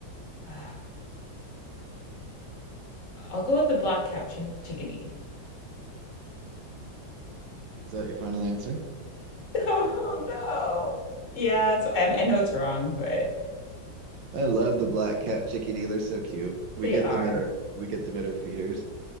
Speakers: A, on the left (about 40°); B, on the right (about 75°).
A: Ah, I'll go with the black-capped chi chickadee.
B: Is that your final answer?
A: <laughs> Oh no. Yeah, it's, I, I know it's wrong, but
B: I love the black cap chickadee. They're so cute.
A: they
B: We get
A: are.
B: them at our we get them at our feeders.